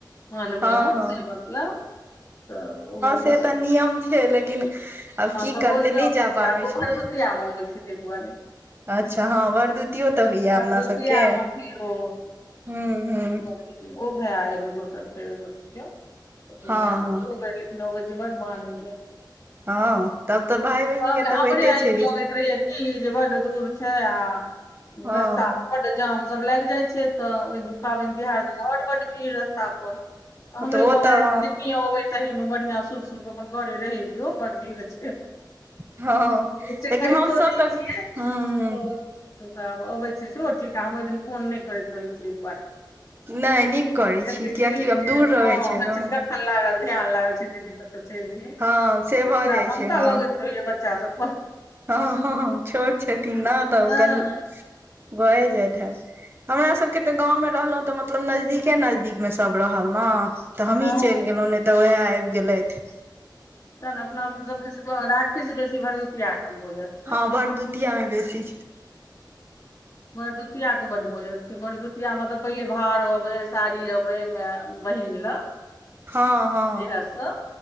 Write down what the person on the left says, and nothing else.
ह अनभया
सी बात <unintelligible> तऽ ओ हँ
तऽ
को <unintelligible>
गो
भर दू त आम होबै छैठेगुआ नहि <unintelligible>
भरदुतिया
मे फेर ओ
ओ भय एगो दोसर ख मे
भय
<unintelligible> नवज बन बान <unintelligible>
तब
हमरे
आँखि
लगैत रहैया की बड दूर छै आ
रस्ता
बड्ड जाम सब लाग जाइ छै तऽ ओहि पाबनि तिहार देला और बड भीड़ रस्ता पर हमरे
गाँव व
अबे ' ता मे बढ़ियां शुभ शुभ अपन घरे रहै जयो बड़ भीर छै
से
कहितो
नहि
छियै
आब अबैत छी स ठीक हम ओहि दिन फोन नहि करैत रहैत छीियै एक दुआरे
एत
की
जे
हँ
लागल ध्यान लागल छी दीदी सब त चल छ
हमरा
ममता
लगैत रहले बच्चा सब पर
हँ
हँ
तह ने अपना सब राखी बेसी भरदुतिआ कम हो जात
भरदुतआके बड मजर छै भरदुतियामे तऽ पहिले भार अबै साड़ी अबै म बहिन ल
परस <unintelligible>